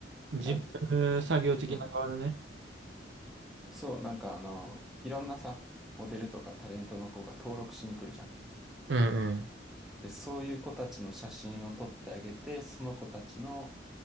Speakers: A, on the right; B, in the centre.
A: 事務作業的な側のね。
B: て感じ。うん。そう、なんかあの、いろんなさ、モデルとかタレントの子が登録しに来るじゃん。
A: うんうん。
B: で、そういう子たちの写真を撮ってあげて、その子たちの、